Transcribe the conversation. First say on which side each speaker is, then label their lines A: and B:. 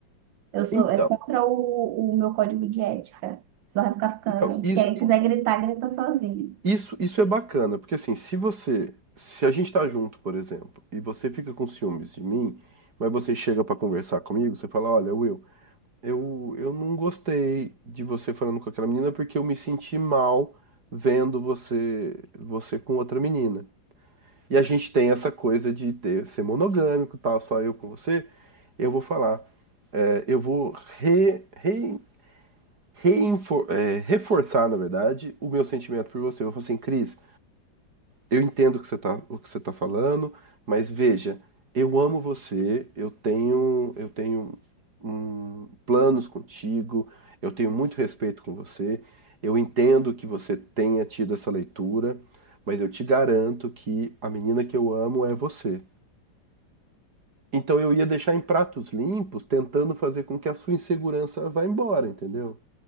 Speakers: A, on the right; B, on the right.
A: Eu sou,
B: então,
A: é contra o, o meu código de ética. Só vai ficar ficando,
B: então, isso,
A: se quer-
B: i-
A: quiser gritar, grita sozinho.
B: isso, isso é bacana, porque assim, se você, se a gente tá junto, por exemplo, e você fica com ciúmes de mim, mas você chega pra conversar comigo, você fala, olha, Will, eu, eu não gostei de você falando com aquela menina porque eu me senti mal vendo você, você com outra menina. E a gente tem essa coisa de ter, ser monogâmico, e tal, só eu com você, eu vou falar. É, eu vou re, re, reinfor- é, reforçar, na verdade, o meu sentimento por você. Eu vou falar assim, Cris, eu entendo o que você tá, o que você tá falando, mas veja, eu amo você, eu tenho, eu tenho hum, planos contigo, eu tenho muito respeito com você, eu entendo que você tenha tido essa leitura, mas eu te garanto que a menina que eu amo é você. Então eu ia deixar em pratos limpos, tentando fazer com que a sua insegurança vá embora, entendeu?